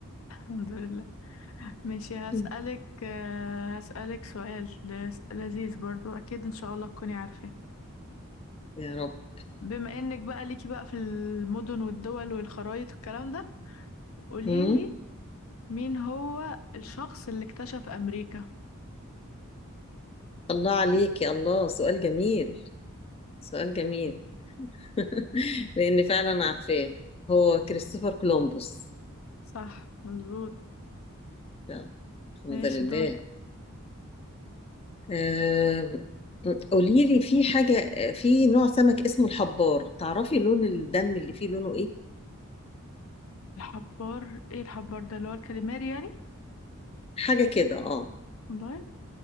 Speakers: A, on the left (about 65°); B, on the left (about 25°).
A: الحمد لله ماشي هسألك
B: مم.
A: آه، هسألك سؤال لس- لذيذ برضو أكيد إن شاء الله تكوني عارفة
B: يا رب
A: بما إنك بقى ليكي بقى في المدن والدول والخرايط والكلام ده قوليلي
B: مم.
A: مين هو الشخص اللي اكتشف أمريكا
B: الله عليكي الله سؤال جميل سؤال جميل <laughs> لان فعلا عارفاه هو كريستوفر كولومبوس
A: صح مظبوط
B: ده. الحمد
A: ماشي
B: لله
A: دورك
B: آه، قولي لي في حاجة في نوع سمك اسمه الحبار تعرفي لون الدم اللي فيه لونه ايه؟
A: الحبار ايه الحبار ده اللي هو الكاليماري يعني
B: حاجة كده اه
A: والله